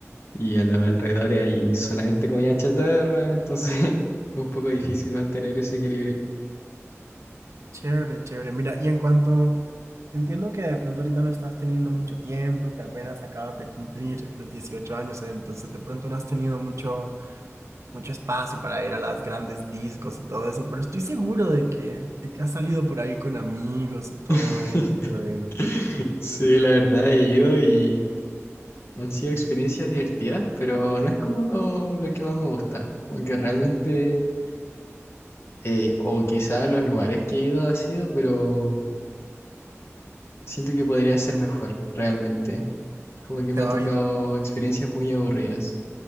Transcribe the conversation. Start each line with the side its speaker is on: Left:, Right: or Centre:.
Left: y a los alrededores hay solamente comida chatarra, entonces <laughs> es un poco difícil mantener ese equilibrio.
Right: Chévere, chévere. Mira, y en cuanto Entiendo que de pronto ahorita no estás teniendo mucho tiempo y que apenas acabas de cumplir los 18 años, eh, entonces de pronto no has tenido mucho, mucho espacio para ir a las grandes discos y todo eso, pero estoy seguro de que, de que has salido por ahí con amigos y todo
Left: <laughs>
Right: esto, y
Left: Sí, la verdad he ido y han sido experiencias divertidas, pero no es como lo que más me gusta, como que realmente, eh, o quizá los lugares que he ido ha sido, pero siento que podría ser mejor, realmente, como que me
Right: te
Left: ha
Right: va
Left: tocado
Right: bien,
Left: experiencias muy aburridas.